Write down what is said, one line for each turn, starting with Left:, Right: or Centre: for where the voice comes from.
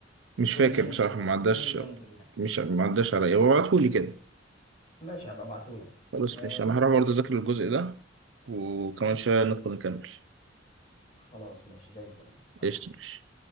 Right: مش
Left: غير
Right: فاكر
Left: دنفر
Right: بصراحه ما عداش
Left: غير دنفر يعني
Right: مش ما عداش عليا هو ابعتهولي كده
Left: ماشي هبقى ابعتهولك
Right: خلاص
Left: آه
Right: ماشي
Left: بس
Right: انا هروح
Left: كده
Right: برضه اذاكر الجزء ده وكمان شويه ندخل نكمل
Left: خلاص ماشي زي الفل حبيبي
Right: قشطة ماشي